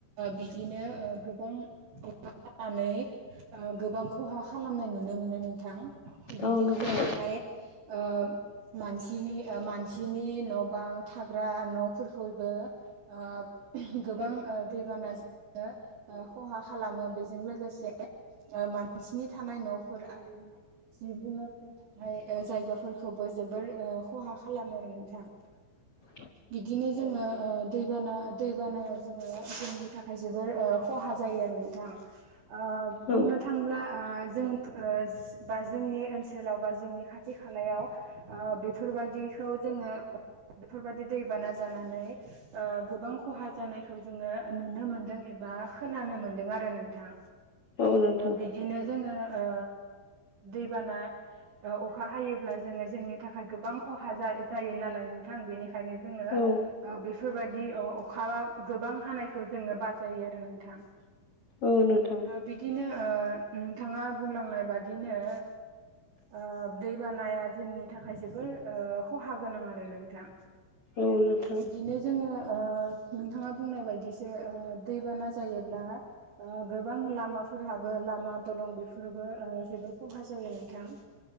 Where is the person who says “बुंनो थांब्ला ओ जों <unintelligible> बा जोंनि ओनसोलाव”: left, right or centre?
Right